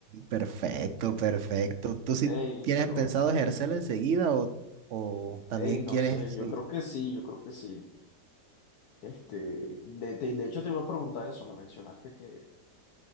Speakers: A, on the right (about 60°); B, on the left (about 65°).
A: Perfecto, perfecto. ¿Tú sí
B: Ey,
A: tienes
B: pero...
A: pensado ejercerla enseguida o, o también
B: Ey, no
A: quieres
B: sé, yo
A: seguir?
B: creo que sí, yo creo que sí. Este, de, te- de hecho, te iba a preguntar eso. Me mencionaste que,